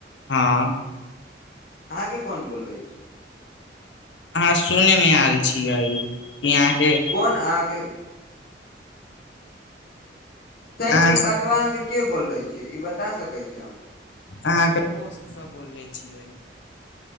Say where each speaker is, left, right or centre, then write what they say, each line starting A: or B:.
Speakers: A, on the left; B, on the left.
A: हँ।
B: अहाँ के कोन बोलले ऐछ?
A: अहाँ सुने मे आयल छीयै, कि अहाँ के
B: कोन अहाँके सही
A: अहाँ
B: मे, ई बतवा अहाँ के के बोलले छै, ई बता सकै छी हमरा?
A: अहाँके दोस्त सब बोलले छियै।